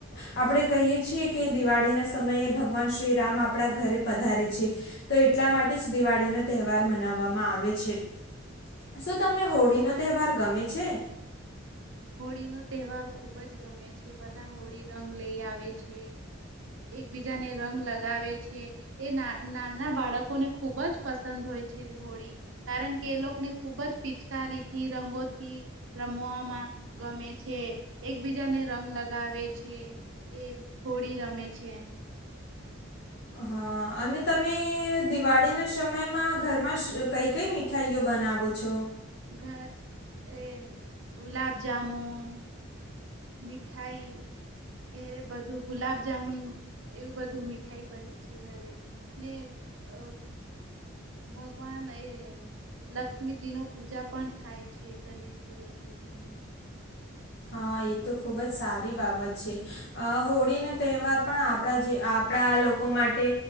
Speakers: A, on the left; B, on the right.
A: આપણેે કહીયે છીએ કે દિવાળીના સમયે ભગવાન શ્રી રામ આપણા ઘરે પધારે છે તો એટલા માટે જ દિવાળી નો તહેવાર મનાવ વામા આવે છે શું તમને હોળી
B: દિવાળી
A: નો તહેવાર ગમે છે.
B: હોળી નો તહેવાર ખુબ જ ગમે છે બધા હોળી રંગ લઈ આવે છે. એકબીજાને રંગ લગાવે છે એ ના નાના બાળકોને ખુબ જ પસંદ. હોય છે હોળી કારણ કે એ લોકને ખુબ જ પિચકારીથી રંગોથી રમવામાં. ગમે છે એકબીજાને રંગ લગાવે છે. એ હોળી રમે છે.
A: હ અને તમે દિવાળીના સમયમાં ઘરમાં સ કઈ કઈ મીઠાઈઓ બના નાવો છો
B: ઘ એ ગુલાબ જામૂન મીઠાઈ ઘેરે બધું ગુલાબ જામુન. એવું બધું મીઠાઈ બને છે ઘરે ને અ. ભગવાન એ લક્ષ્મીજી નો પૂજા પણ થાય છે ગણેશજી લક્ષ્મી જી હ.
A: હ એ તો ખુબ જ સારી બાબત છે અ હોળીનો તહેવાર પણ આપણા જે આ પળા લોકો માટે